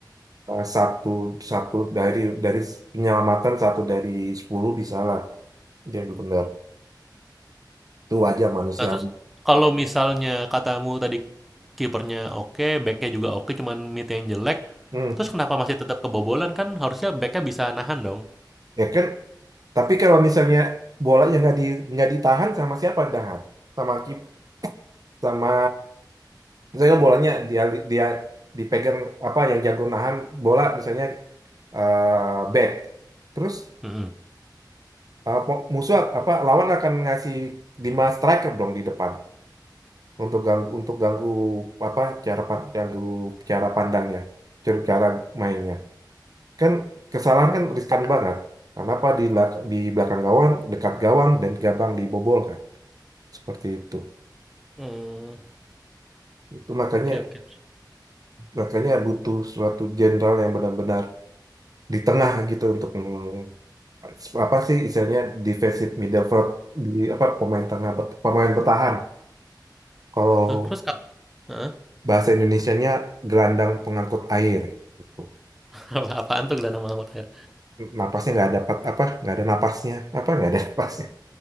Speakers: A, on the right; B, in the centre.
A: eh, satu satu dari dari penyelamatan satu dari 10 bisa lah dia blunder. Itu wajar manusiawi.
B: Nah, terus kalau misalnya katamu tadi kipernya oke, backnya juga oke, cuman mid yang jelek,
A: Hmm.
B: terus kenapa masih tetap kebobolan kan? Harusnya backnya bisa nahan dong.
A: Ya kan tapi kalau misalnya bolanya nggak di nggak ditahan sama siapa dah sama kip sama misalnya bolanya dia dia dipegang apa yang jago nahan bola misalnya eh, back terus
B: Mm-mm.
A: eh, po- musuh apa lawan akan ngasih 5 striker dong di depan untuk ganggu untuk ganggu apa cara pan, ganggu cara pandangnya cara cara mainnya kan kesalahan kan riskan banget karena apa di belak- di belakang gawang dekat gawang dan gabang dibobol kan seperti itu
B: Hmm,
A: itu makanya
B: oke oke.
A: makanya butuh suatu jenderal yang benar-benar di tengah gitu untuk meng- apa sih istilahnya defensive midfield di apa pemain tengah bet- pemain bertahan kalau
B: Terus, terus kap- Hah?
A: bahasa Indonesianya gelandang pengangkut air gitu
B: <laughs> Apa- Apaan tuh gelandang Mahmud Air?
A: napasnya nggak dapat apa nggak ada napasnya apa nggak ada <laughs> napasnya